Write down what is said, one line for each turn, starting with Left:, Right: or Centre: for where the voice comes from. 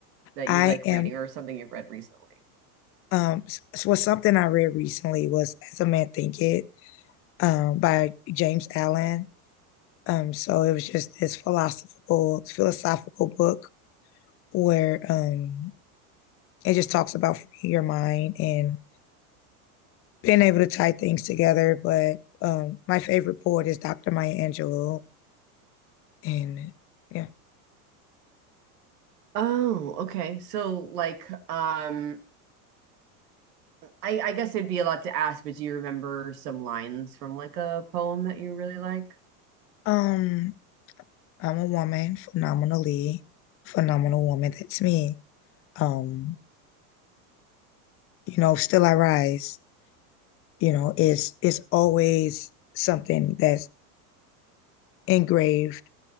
Right: that
Left: I
Right: you like
Left: am
Right: reading or something you've read recently?
Left: Um, s- was something I read recently was "As a Man Thinketh" um, by James Allen. Um, so it was just this philosophical philosophical book where um, it just talks about freeing your mind and being able to tie things together. But um, my favorite poet is Dr. Maya Angelou, and yeah,
Right: Oh, okay. So like um I I guess it'd be a lot to ask, but do you remember some lines from like a poem that you really like?
Left: um, I'm a woman, phenomenally phenomenal woman. That's me. Um, you know, still I rise. you know, is is always something that's engraved